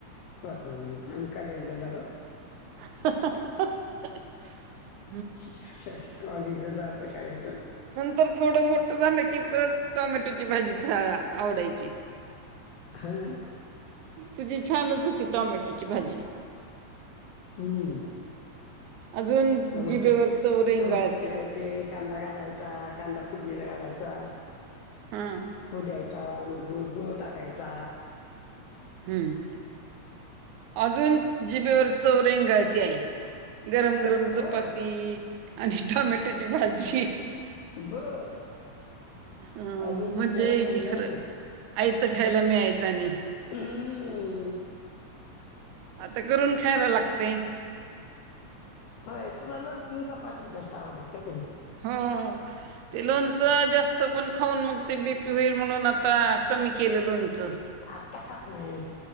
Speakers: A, on the left; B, on the right.
A: हो आणि कालेजला जाव
B: हहहहहह
A: <unintelligible> कॉलेजला जाऊ का शाळेत जाऊ
B: तर थोडं मोठ झालं की परत टोमॅटोची भाजीच आवडायची
A: हम्
B: तुझी छानच होती टॉमॅटोची भाजी
A: हम्म
B: अजून
A: टमाटर
B: जिभेवर चव रेंगाळती.
A: टमाट चिरायचे कांदा घालायचा कांदा फोडणीला घालायचा
B: हा
A: हो द्यायचा गु गुळ टाकायचा
B: हम् अजून जिबेवर चव रेंगाळती आहे गरम गरम
A: बर
B: चपाती आणि टोमॅटो त्याची भाजी
A: बर
B: हम
A: अजून जिभेवर
B: मज्जा यायची
A: रंगते
B: खरं आयत खायला मिळायच आणि
A: हम्म
B: आता करून खायला लागतयं
A: होय तुला लोनच न चपाची जास्त आवडायची होय कणी
B: हो ते लोनच जास्त पण खाऊन मग ते बीपी होईल म्हणून आता कमी केलं लोणचं
A: आत्ता खात नाही